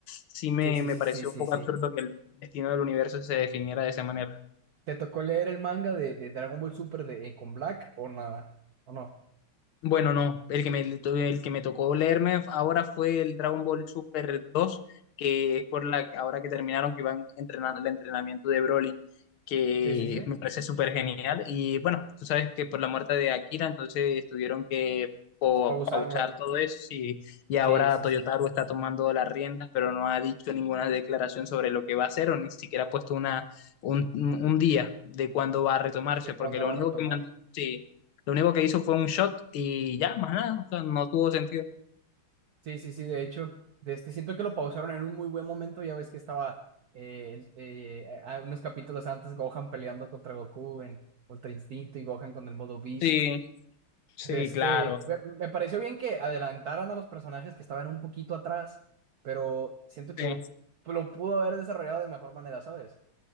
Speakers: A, on the left; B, on the right.
A: sí me,
B: Sí, sí,
A: me
B: sí,
A: pareció
B: sí, sí,
A: un poco
B: sí.
A: absurdo que el destino del universo se definiera de esa manera.
B: ¿Te tocó leer el manga de, de Dragon Ball Super de Con Black o nada? ¿O no?
A: Bueno, no, el que me, el que me tocó leerme ahora fue el Dragon Ball Super dos que es por la ahora que terminaron que iban entrenando el entrenamiento de Broly, que
B: Sí, sí, sí.
A: me parece súper genial. Y bueno, tú sabes que por la muerte de Akira, entonces tuvieron que po-
B: Para usarlo.
A: pausar todo eso y, y ahora
B: Sí, sí,
A: Toyotaro
B: sí.
A: está tomando las riendas, pero no ha dicho ninguna declaración sobre lo que va a hacer o ni siquiera ha puesto una, un, un día de cuándo va a retomarse,
B: ¿De
A: porque
B: cuándo
A: lo
B: va
A: único
B: a retomar?
A: que mandó... Lo único que hizo fue un shot y ya, más nada. O sea, no tuvo sentido.
B: Sí, sí, sí. De hecho, de este siento que lo pausaron en un muy buen momento. Ya ves que estaba eh, eh, a unos capítulos antes Gohan peleando contra Goku en Ultra Instinto y Gohan con el modo Beast.
A: Sí, sí,
B: de este,
A: claro.
B: me, me pareció bien que adelantaran a los personajes que estaban un poquito atrás, pero siento que
A: Sí.
B: hu- lo pudo haber desarrollado de mejor manera, ¿sabes?